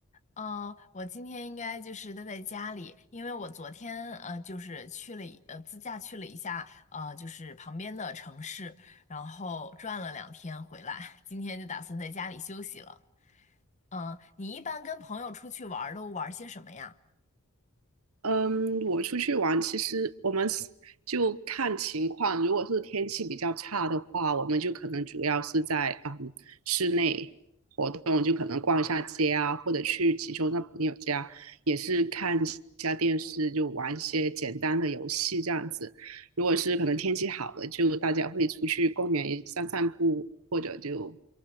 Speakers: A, on the left (about 30°); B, on the right (about 75°).
A: 呃，我今天应该就是待在家里，因为我昨天呃就是去了一呃自驾去了一下呃就是旁边的城市，然后转了两天回来，今天就打算在家里休息了。嗯、你一般跟朋友出去玩儿都玩儿些什么呀？
B: 嗯，我出去玩，其实我们是就看情况。如果是天气比较差的话，我们就可能主要是在嗯室内活动，就可能逛一下街啊，或者去其中的朋友家，也是看一下电视，就玩一些简单的游戏这样子。如果是可能天气好了，就大家会出去公园散散步，或者就